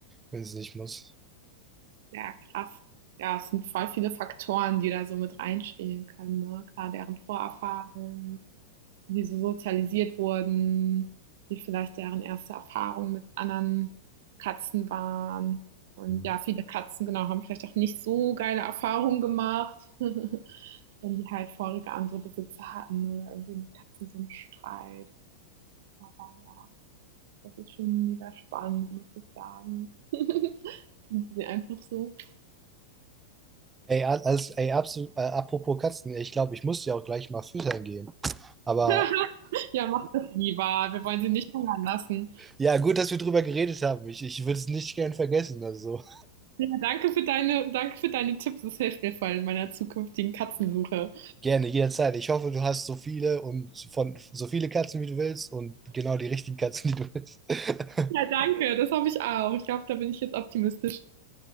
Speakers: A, on the right (about 15°); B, on the right (about 65°).
A: wenn sie nicht muss.
B: Ja, krass. Ja, es sind voll viele Faktoren, die da so mit reinspielen können, ne? Klar, deren Vorerfahrungen, wie sie sozialisiert wurden, wie vielleicht deren erste Erfahrung mit anderen Katzen waren. Und
A: Mhm.
B: ja, viele Katzen, genau, haben vielleicht auch nicht so geile Erfahrungen gemacht, <laughs> wenn die halt vorige andere Besitzer hatten oder irgendwie mit Katzen so einen Streit. Aber ja, das ist schon mega spannend, muss ich sagen. <laughs> Sind sie einfach so.
A: Ey, al- als, ey, absolut, äh, apropos Katzen, ich glaube, ich muss ja auch gleich mal füttern gehen. Aber
B: <laughs> Ja, mach das lieber. Wir wollen sie nicht hungern lassen.
A: ja, gut, dass wir drüber geredet haben. Ich, ich würde es nicht gern vergessen. Also.
B: Ja, danke für deine, danke für deine Tipps. Das hilft mir voll in meiner zukünftigen Katzensuche.
A: Gerne, jederzeit. Ich hoffe, du hast so viele und von so viele Katzen, wie du willst und genau die richtigen Katzen, die du willst. <laughs>
B: Ja, danke. Das hoffe ich auch. Ich glaube, da bin ich jetzt optimistisch.